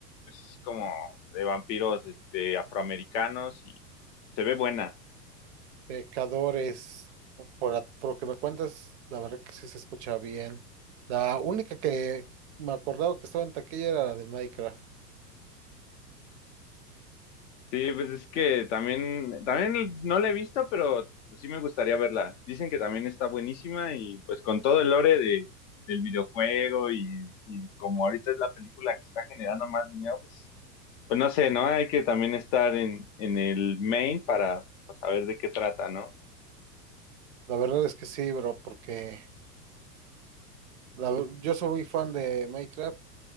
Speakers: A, on the left; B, on the right.
A: es como de vampiros este afroamericanos y se ve buena.
B: Pecadores, por, la- por lo que me cuentas, la verdad que sí se escucha bien. La única que me acordaba que estaba en taquilla era la de Minecraft.
A: Sí, pues es que también, también no la he visto, pero pues sí me gustaría verla. Dicen que también está buenísima y pues con todo el lore de, del videojuego y, y como ahorita es la película que está generando más dinero, pues, pues no sé, ¿no? Hay que también estar en, en el main para pues, saber de qué trata, ¿no?
B: La verdad es que sí, bro, porque la ver- yo soy muy fan de Minecraft